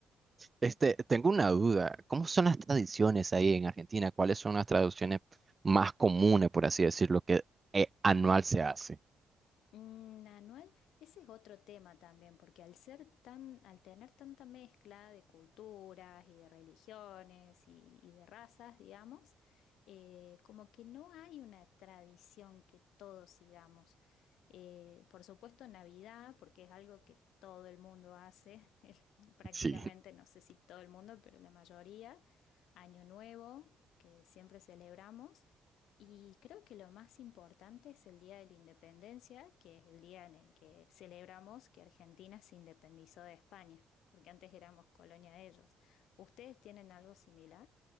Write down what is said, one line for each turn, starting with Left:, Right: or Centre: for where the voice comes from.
Right: este, tengo una duda, ¿cómo son las tradiciones ahí en Argentina? ¿Cuáles son las tradiciones más comunes, por así decirlo, que eh, anual se hace?
Left: Mm, Anual, ese es otro tema también, porque al ser tan, al tener tanta mezcla de culturas y de religiones y, y de razas, digamos, eh, como que no hay una tradición que todos sigamos. Eh, por supuesto, Navidad, porque es algo que todo el mundo hace, <laughs> es prácticamente,
Right: Sí.
Left: no sé si todo el mundo, pero la mayoría. Año Nuevo, que siempre celebramos. Y creo que lo más importante es el Día de la Independencia, que es el día en el que celebramos que Argentina se independizó de España, porque antes éramos colonia de ellos. ¿Ustedes tienen algo similar?